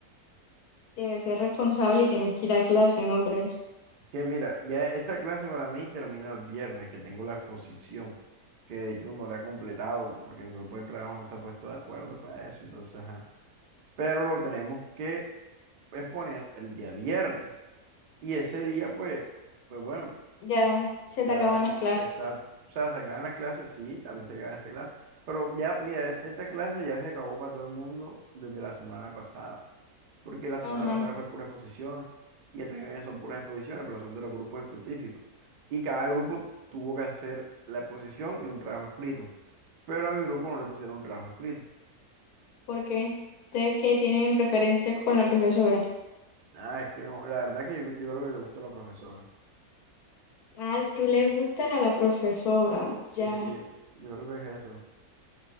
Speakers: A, on the left; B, on the right.
A: Debes ser responsable y tienes que ir a clase, ¿no crees?
B: Que mira, ya esta clase para mí termina el viernes, que tengo la exposición, que de hecho no la he completado porque mi grupo de trabajo no se ha puesto de acuerdo para eso, entonces, ajá. Pero lo tenemos que exponer el día viernes. Y ese día, pues, pues bueno,
A: Ya se
B: ya
A: te acaban
B: damos,
A: las clases.
B: exacto. O sea, se acaban las clases, sí, también se acaba esta clase. Pero ya, mira, e- esta clase ya se acabó para todo el mundo desde la semana pasada. Porque la semana
A: Ajá.
B: pasada fue puras exposiciones. Y esta que viene son puras exposiciones, pero son de los grupos específicos. Y cada grupo tuvo que hacer la exposición y un trabajo escrito. Pero a mi grupo no le pusieron un trabajo escrito.
A: ¿Por qué? ¿Ustedes qué tienen preferencias con la profesora?
B: Ah, es que no, la verdad que yo, yo creo que le gustó a la profesora.
A: Ah, tú le gustas a la profesora.
B: Sí,
A: Ya,
B: sí, yo creo que es eso.